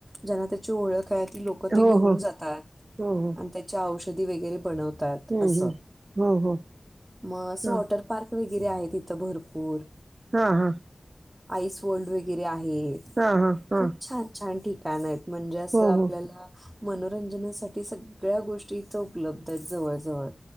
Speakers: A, on the right; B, on the right.
A: जना त्याची ओळख त ते
B: हो
A: घेऊन
B: हो
A: जातात
B: हो हो
A: आणि त्याच्या औषधी वगैरे बनवतात.
B: हम्म
A: असं
B: हम् हो हो.
A: मग असं
B: ह
A: वॉटर पार्क वगैरे आहे तिथं भरपूर.
B: हा हा.
A: आईस वल्ड वगैरे आहे
B: हा हा हा
A: खूप छान छान ठिकाण आहेत. म्हणजे असं
B: हो
A: आपल्याला.
B: हो
A: मनोरंजनासाठी सगळ्या गोष्टी इथं उपलब्ध आहेत जवळजवळ.